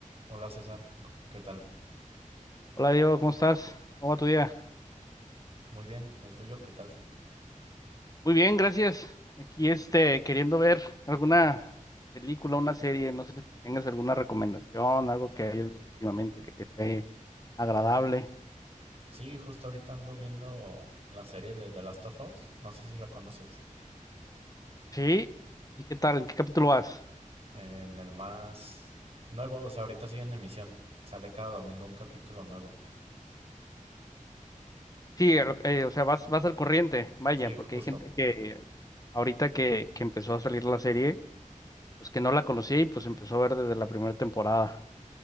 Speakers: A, on the right; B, on the left.
A: Hola César, ¿qué tal?
B: Hola Diego, ¿cómo estás? ¿Cómo va tu día?
A: Muy bien, ¿y el tuyo qué tal?
B: Muy bien, gracias. Aquí este, queriendo ver alguna película, una serie, no sé si tengas alguna recomendación, algo que hayas visto últimamente que esté agradable.
A: Sí, justo ahorita ando viendo la serie de The Last of Us, no sé si la conoces,
B: Sí, ¿y qué tal? ¿En qué capítulo vas?
A: en el más nuevo, o sea, ahorita sigue en emisión, sale cada domingo un capítulo nuevo.
B: Sí, a lo- eh, o sea, vas, vas al corriente, vaya,
A: Sí,
B: porque
A: justo,
B: hay gente que ahorita que, que empezó a salir la serie, pues que no la conocía y pues empezó a ver desde la primera temporada.